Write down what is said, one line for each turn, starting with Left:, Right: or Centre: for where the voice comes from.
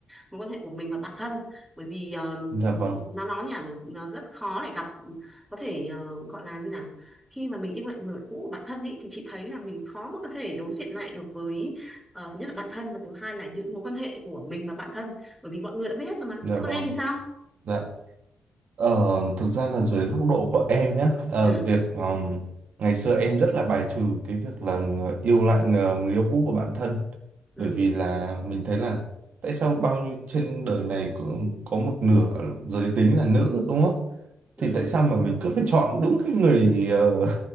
Centre: mối quan hệ của mình và bản thân bởi vì ờ,
Right: dạ vâng,
Centre: nó nói nhỉ nó rất khó để gặp có thể ờ, gọi là như nào khi mà mình yêu lại người bạn cũ của bản thân ý, thì chị thấy là mình khó mà có thể đối diện lại được với ờ, thứ nhất là bản thân và thứ hai là những mối quan hệ của mình và bản thân bởi vì mọi người đã biết hết rồi mà
Right: dạ
Centre: thế
Right: vâng,
Centre: còn em thì sao
Right: dạ. Ờ, thực ra là dưới góc độ của em nhé
Centre: ừ
Right: việc ừm, ngày xưa em rất là bài trừ cái việc là ng- yêu lại ng- người yêu cũ của bản thân
Centre: ừ
Right: bởi vì là mình thấy là tại sao bao nhiêu trên đời này cũng có một nửa giới tính là nữ đúng không
Centre: ừ
Right: thì tại sao mà mình cứ phải chọn đúng cái người ờ,